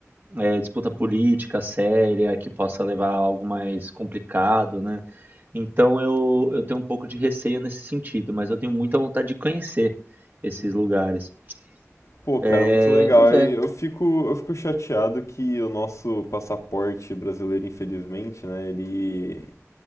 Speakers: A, on the right; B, on the left.
A: é, disputa política séria que possa levar a algo mais complicado, né? Então eu, eu tenho um pouco de receio nesse sentido, mas eu tenho muita vontade de conhecer esses lugares.
B: Pô, cara,
A: É,
B: muito legal.
A: pois
B: E
A: é,
B: eu fico, eu fico chateado que o nosso passaporte brasileiro, infelizmente, né, ele,